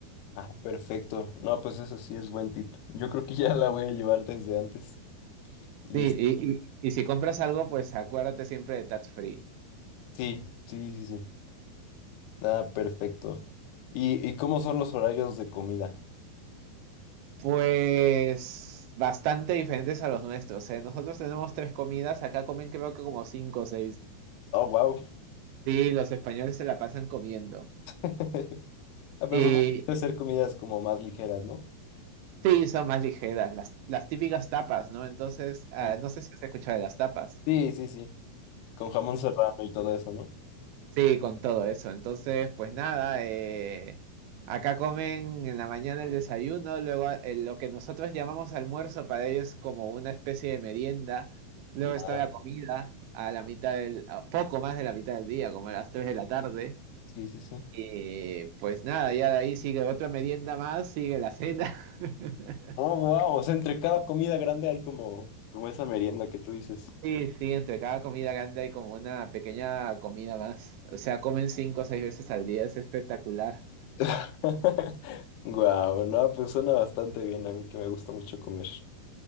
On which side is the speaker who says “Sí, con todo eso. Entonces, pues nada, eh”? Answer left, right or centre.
Right